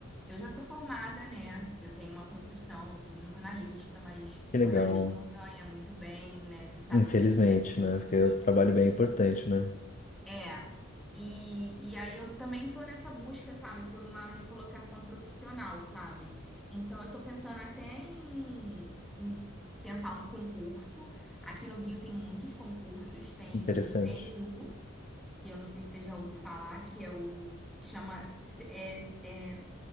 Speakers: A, in the centre; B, on the left.
A: eu já sou formada, né? Eu tenho uma profissão, sou jornalista, mas
B: que
A: jornalista
B: legal.
A: não ganha muito bem, né? Você sabe
B: Infelizmente,
A: como é que é, a vida
B: né?
A: é difícil.
B: Porque o trabalho bem importante, né?
A: É. E, e aí eu também tô nessa busca, sabe, por uma recolocação profissional, sabe? Então eu tô pensando até em, em tentar um concurso. Aqui no Rio tem muitos concursos, tem
B: Interessante.
A: o CNU, que eu não sei se você já ouviu falar, que é o chama é, é